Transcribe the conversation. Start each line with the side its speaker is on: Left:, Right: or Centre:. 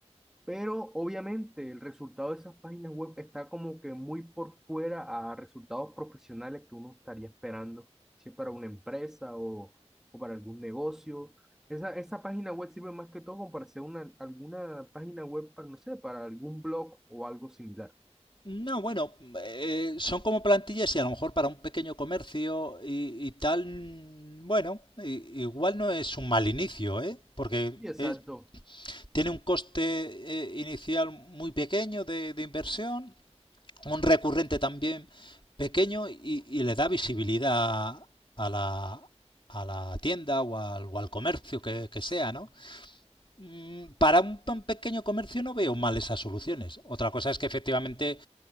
Centre: Pero obviamente el resultado de esas páginas web está como que muy por fuera a resultados profesionales que uno estaría esperando, si es para una empresa o, o para algún negocio. Esa, esa página web sirve más que todo como para hacer una, alguna página web para, no sé, para algún blog o algo similar.
Left: No, bueno, eh, son como plantillas y a lo mejor para un pequeño comercio y, y tal, mm, bueno, i- igual no es un mal inicio, ¿eh? Porque
Centre: Y exacto,
Left: es- tiene un coste eh, inicial muy pequeño de, de inversión, un recurrente también pequeño y, y le da visibilidad a la, a la tienda o al, o al comercio que, que sea, ¿no? Mm, Para un, pa- un pequeño comercio no veo mal esas soluciones. Otra cosa es que efectivamente